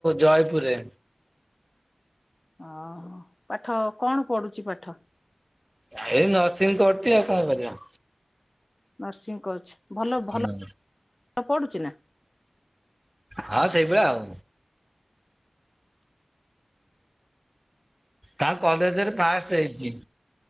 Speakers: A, on the right; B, on the left.
A: ଜୟପୁରରେ।
B: ଓହୋ ପାଠ କଣ ପଢୁଚି ପାଠ?
A: ଏଇ ନର୍ସିଂ କରଚି ଆଉ କଣ କରିବ।
B: ନର୍ସିଂ କରୁଚି ଭଲ- ଭଲ
A: ହୁଁ
B: ପଢୁଚି ନା? <inaudible> <inaudible>
A: ହଁ ସେଇଭଳିଆ ଆଉ ତାଙ୍କ କଲେଜ୍ ରେ ଫାଷ୍ଟ୍ ହେଇଚି।